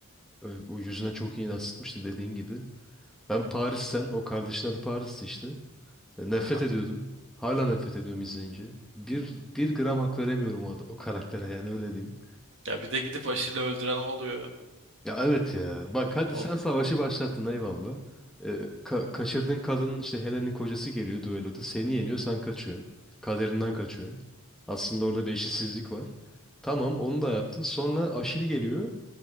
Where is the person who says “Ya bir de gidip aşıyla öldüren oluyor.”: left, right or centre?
Right